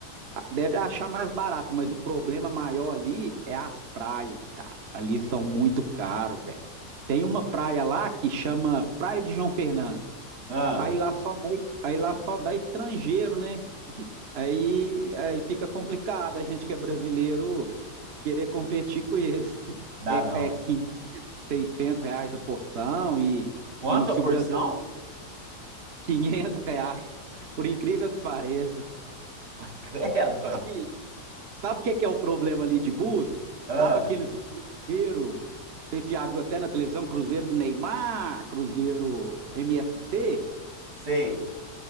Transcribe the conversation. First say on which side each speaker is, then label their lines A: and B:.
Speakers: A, on the right; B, on the right.
A: a- deve achar mais barato, mas o problema maior ali é as praias, cara. Ali são muito caro, velho. Tem uma praia lá que chama Praia de João Fernandes.
B: Ah,
A: Aí lá só dá, aí lá só dá estrangeiro, né? Aí, aí fica complicado a gente que é brasileiro querer competir com eles. <laughs>
B: dá
A: É,
B: não.
A: é quinhentos seiscentos reais a porção e,
B: Quanto
A: e se
B: a porção?
A: o brasileiro 500 reais, <laughs> por incrível que pareça.
B: Ah, <laughs> credo, ué.
A: Sabe, sabe o que que é o problema ali de Búzios?
B: Ah,
A: Sabe aqueles cruzeiro, vocês já viu até na televisão, cruzeiro do Neymar, cruzeiro MSC?
B: sei.